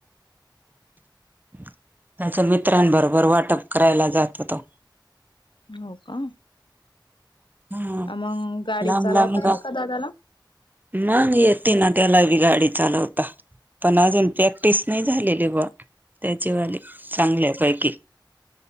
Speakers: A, on the right; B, on the left.
A: म्हणजे मित्रांबरोबर वाटप करायला जातो तो.
B: हो का
A: हा
B: आण मग गाडी
A: लांब
B: चालवता
A: लांब
B: येते
A: गा
B: का दादाला.
A: मग येते ना त्याला बी गाडी चालवता. त्याला अजून प्रॅक्टिस नाही झालेली बुवा त्याचीवाले चांगल्या पैकी